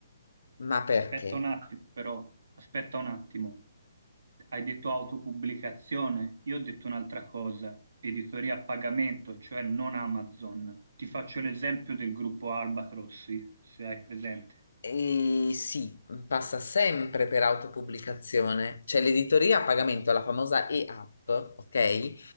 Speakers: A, on the left (about 85°); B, on the right (about 75°).
A: Ma perché?
B: Aspetta un attimo, però, aspetta un attimo. Hai detto autopubblicazione, io ho detto un'altra cosa, editoria a pagamento, cioè non Amazon. Ti faccio l'esempio del gruppo Albatrossi, se hai presente.
A: E sì, mhmm, passa sempre per autopubblicazione, cioè l'editoria a pagamento, la famosa e-app, ok?